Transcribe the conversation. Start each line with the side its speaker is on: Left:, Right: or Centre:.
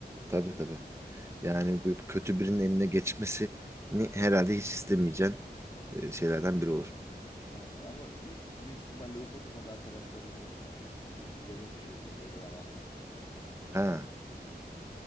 Right: Tabii tabii. Yani bu kötü birinin eline geçmesini herhalde hiç istemeyeceğin e, şeylerden biri olur.
Left: Aynen ama ilk büyük ihtimalle ufak ufak arkadaşlarımla oynardım. Birbirlerine düşürürdüm böyle yalandan.
Right: Ha.